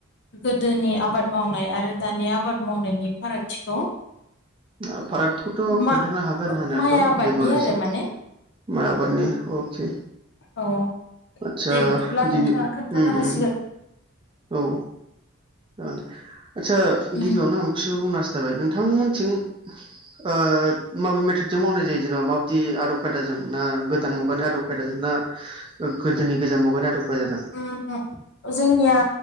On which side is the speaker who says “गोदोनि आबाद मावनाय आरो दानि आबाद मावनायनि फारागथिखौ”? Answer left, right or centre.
Left